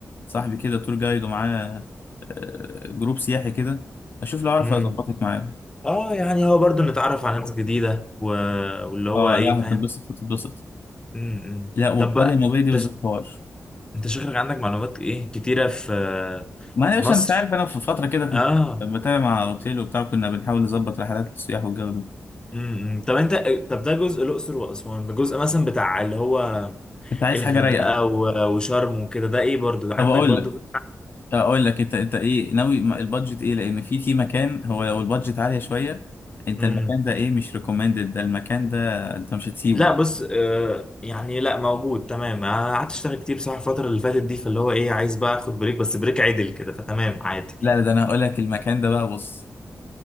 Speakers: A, on the left; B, on the left.
A: صاحبي كده تور جايد ومعاه آه، جروب سياحي كده اشوف لو اعرف
B: امم
A: اظبطك معاه
B: اه يعني هو برضو نتعرف على ناس جديدة و... واللي هو
A: اه
B: ايه
A: لا
B: فاهم؟
A: هتتبسط هتتبسط
B: امم
A: لا والقريه
B: طب بقى
A: النوبيه دي بالذات
B: انت ش-
A: حوار
B: انت شكلك عندك معلومات ايه كتيرة في
A: ما انا
B: في
A: يا باشا
B: مصر
A: انت عارف انا في فتره كده كنت
B: اه
A: بتابع مع اوتيل وبتاع كنا بنحاول نظبط رحلات للسياح والجو ده
B: امم طب انت طب ده جزء الاقصر واسوان ده جزء مثلا بتاع اللي هو
A: انت عايز
B: الغردقة
A: حاجه رايقه
B: و... وشرم وكده ده ايه برضو عندك
A: طب اقول
B: برضو
A: لك اقول لك انت انت ايه ناوي م- البادجت ايه لان في في مكان هو لو البادجت عاليه شويه انت
B: امم
A: المكان ده ايه مش ريكومندد ده المكان ده انت مش هتسيبه
B: لا بص آه يعني لا موجود تمام أنا قعدت اشتغل كتير بصراحه الفتره اللي فاتت دي فاللي هو ايه عايز بقى اخد بريك بس بريك عدل كده فتمام عادي
A: لا لا، ده انا هقول لك المكان ده بقى بص